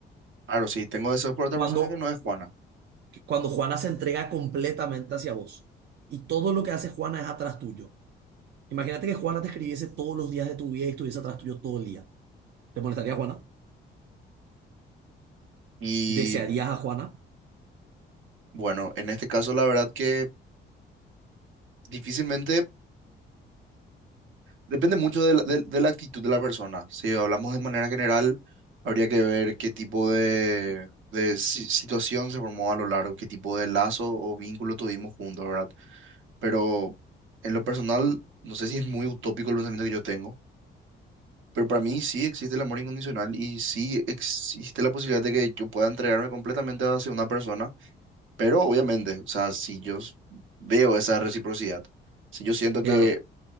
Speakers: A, on the right (about 75°); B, on the right (about 60°).
A: Claro, sí, tengo deseos por otra
B: Cuando,
A: persona que no es Juana.
B: cuando Juana se entrega completamente hacia vos y todo lo que hace Juana es atrás tuyo. Imagínate que Juana te escribiese todos los días de tu vida y estuviese atrás tuyo todo el día. ¿Te molestaría Juana?
A: Y
B: ¿Desearías a Juana?
A: bueno, en este caso, la verdad que difícilmente depende mucho de la, de- de la actitud de la persona. Si hablamos de manera general, habría que ver qué tipo de, de si- situación se formó a lo largo, qué tipo de lazo o vínculo tuvimos juntos, ¿verdad? Pero en lo personal, no sé si es muy utópico el pensamiento que yo tengo Pero para mí sí existe el amor incondicional y sí existe la posibilidad de que yo pueda entregarme completamente hacia una persona, pero obviamente, o sea, si yo s- veo esa reciprocidad, si yo siento que
B: Claro,